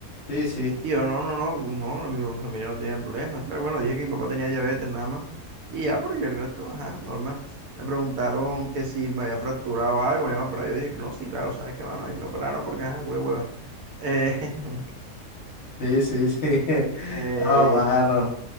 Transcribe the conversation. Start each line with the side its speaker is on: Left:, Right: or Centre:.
Left: Sí, sí,
Right: Y yo, no, no, no, no, no, mi familia no tiene problemas, tal. Bueno, dije que mi papá tenía diabetes nada más. Y ya, porque el resto, ajá, normal. Me preguntaron que si me había fracturado algo, me iban a operar. Yo dije, no, sí, claro, sabes qué mano, y me operaron porque, ajá, culé hueva. Eh, <laughs>
Left: sí, sí, sí. <laughs>
Right: eh,
Left: No, mano.